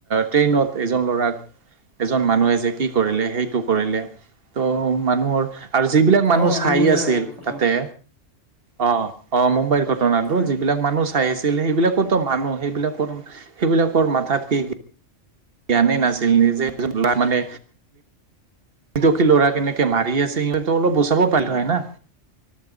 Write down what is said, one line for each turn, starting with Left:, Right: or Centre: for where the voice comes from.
Right: ট্ৰেইনত। এজন ল'ৰাক এজন মানুহে যে কি কৰিলে? সেইটো কৰিলে ত' মানুহৰ আৰু যিবিলাক মানুহ
Left: অ
Right: চাই
Left: মুম্বাইৰ
Right: আছিল
Left: হয় ঘটনাটো
Right: তাতে। অ' অ' মুম্বাইৰ ঘটনাতটো
Left: হয়
Right: যিবিলাক মানুহ চাই আছে। আছিল সেইবিলাকৰো মানুহ সেইবিলাকৰ সেইবিলাকৰ মাথাত কি। জ্ঞানেই নাছিল নিজে মানে। দখি ল'ৰা কেনেকে মাৰি আছে সিহতো অলপ বচাব পালিলোঁ হয় না।